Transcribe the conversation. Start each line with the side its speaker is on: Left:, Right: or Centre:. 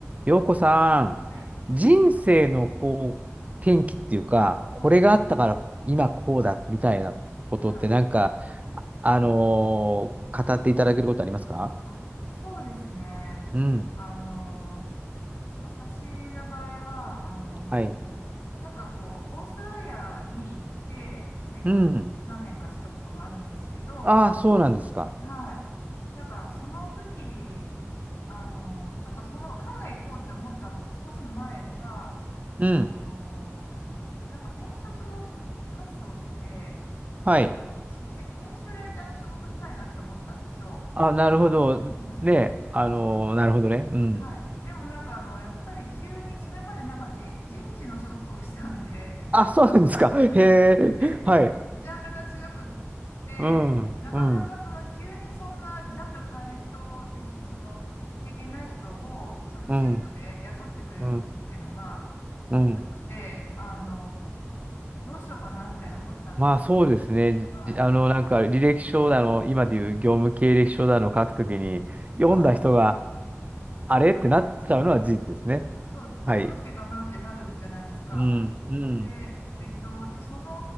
Right: 洋子さん、
Left: はい、
Right: 人生のこう、転機っていうか、これがあったから今こうだみたいなことってなんか、
Left: はい、はい。
Right: あのー語っていただけることありますか
Left: あ、そうですね。
Right: うん。
Left: あのー、私の場合は、あの
Right: はい。
Left: ー、なんかこう、オーストラリアに行って生活何年かしたことがあるんですけど、
Right: うん。ああ、そうなんですか。
Left: はい。なんか、その時、あのー、ちょっとその、海外行こうって思った少し前は、
Right: うん。
Left: あのー、なんか転職活動をしてて、
Right: はい。
Left: 私、へ編集ライターの仕事したいなって思ったんですよ。
Right: あ、なるほど。
Left: はい。
Right: ね、あのーなるほどね。うん。
Left: はい。でもなんかあの、やっぱり急に、それまでなんかじ人事の仕事とかしてたんで、
Right: あ、そうなんですか。
Left: は
Right: へ
Left: い。全然ジャンルが違くっ
Right: え。はい。
Left: て、
Right: うん。
Left: なかなかその急にそんなジャンル変える人で、
Right: うん。
Left: その経験ない人を、その中途で雇ってくれるとこっていうのが
Right: うん。うん。うん。
Left: なくて、あの、どうしようかなみたいに思ってたんですよ。
Right: まあそうですね。
Left: は
Right: じあの、なんか履歴書だの、今でいう業務経歴書だの書くときに、読んだ人が、
Left: い。はい。
Right: あれってなっちゃうのは事実ですね。
Left: そう、ど、
Right: はい。
Left: どうしてかなってなるじゃないですか。
Right: うん、うん、
Left: で、えっと、で、その、